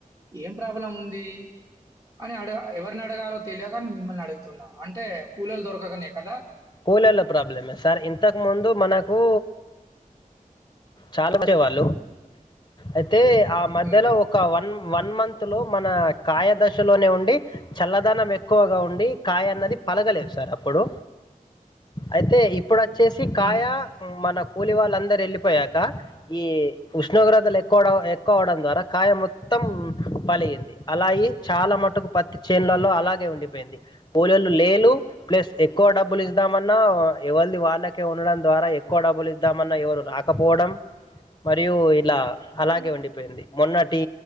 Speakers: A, on the right (about 30°); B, on the left (about 30°).
A: ఏం ప్రాబ్లం ఉంది అని అడ ఎవరిని అడగాలో తెలియక మిమ్మల్ని అడుగుతున్నా అంటే కూలొల్లు దొర కకనే కదా
B: కూలొల్ల ప్రాబ్లమే సార్ ఇంతకు ముందు మనకు చాలా వచ్చే వాళ్లు అయితే ఆ మధ్యలో
A: హ్మ్.
B: ఒక వన్ వన్ మంత్ లో మన కాయ దశలోనే ఉండి చల్లదనం ఎక్కువగా ఉండి కాయ అన్నది పలగలేదు సార్ అప్పుడు అయితే ఇప్పుడు చేసి
A: హ్మ్.
B: కాయ మనకు పూలి వాళ్ళందరు వెళ్ళి పోయాక ఈ ఉష్ణోగ్రతలు
A: హ్మ్.
B: ఎక్కవవడ వడం ద్వారా కాయ మొత్తం పలిగింది అలా అయ్యి చాలా మటుకు పత్తి చేండ్లలో అలాగే ఉండిపోయింది కూలొల్ లేలు ప్లస్ ఎక్కువ డబ్బులు ఇ ద్దామన్నా ఎవళది వాళ్ళకే ఉండడం ద్వారా ఎక్కువ డబ్బులు ఇద్దామన్నా ఎవరు రాక కపోవడం మరియు ఇలా అలాగే
A: హ్మ్.
B: వండిపోయింది మొన్నటి